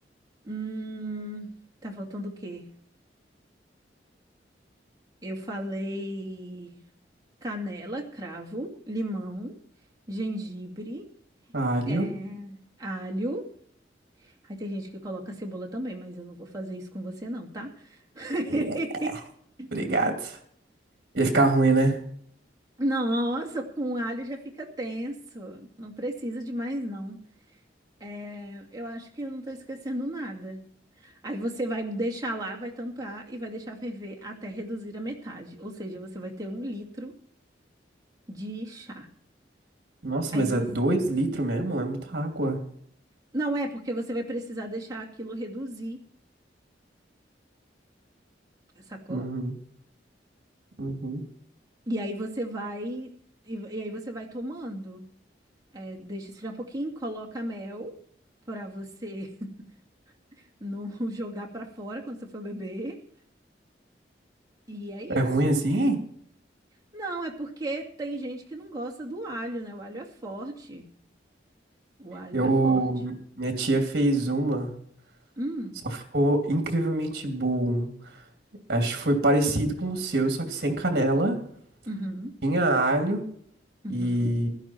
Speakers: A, on the right (about 20°); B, on the right (about 55°).
A: Hum, tá faltando o quê? Eu falei canela, cravo, limão, gengibre,
B: Alho.
A: é, alho. Aí tem gente que coloca cebola também, mas eu não vou fazer isso com você não, tá? <laughs>
B: É, obrigado. Ia ficar ruim, né?
A: Nossa, com alho já fica tenso. Não precisa de mais não. É, eu acho que eu não tô esquecendo nada. Aí você vai deixar lá, vai tampar e vai deixar ferver até reduzir a metade. Ou seja, você vai ter um litro de chá.
B: Nossa,
A: Aí
B: mas
A: você.
B: é dois litros mesmo? É muita água.
A: Não é, porque você vai precisar deixar aquilo reduzir, sacou?
B: Uhum, uhum.
A: E aí você vai. E, e aí você vai tomando. É, deixa esfriar um pouquinho, coloca mel pra você <laughs> não jogar pra fora quando você for beber. E é
B: É
A: isso.
B: ruim assim?
A: Não, é porque tem gente que não gosta do alho, né? O alho é forte. O alho
B: Eu.
A: é forte.
B: Minha tia fez uma,
A: Hum,
B: só ficou incrivelmente bom. Acho que foi parecido com o seu, só que sem canela.
A: uhum,
B: Tinha alho
A: uhum,
B: e.